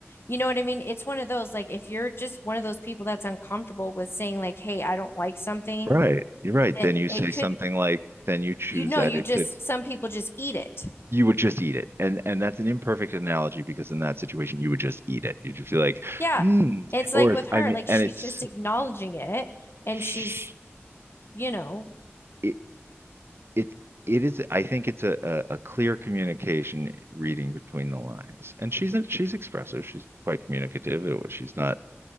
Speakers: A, on the left (about 60°); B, on the right (about 60°).
A: You know what I mean? It's one of those like if you're just one of those people that's uncomfortable with saying like, "Hey, I don't like something,"
B: <laughs> right, you're right.
A: then
B: Then you
A: it
B: say
A: could
B: something like then you choose
A: you know,
B: adjectives.
A: you just some people just eat it.
B: You would just eat it, and and that's an imperfect analogy because in that situation you would just eat it. You'd just be like,
A: Yeah.
B: mm.
A: It's
B: or
A: like
B: if
A: with her,
B: I mean,
A: like
B: and
A: she's
B: it's.
A: just acknowledging it and
B: Sh-
A: she's you know,
B: it it it is I think it's a, a a clear communication reading between the lines. And she's she's expressive. She's quite communicative. It- She's not,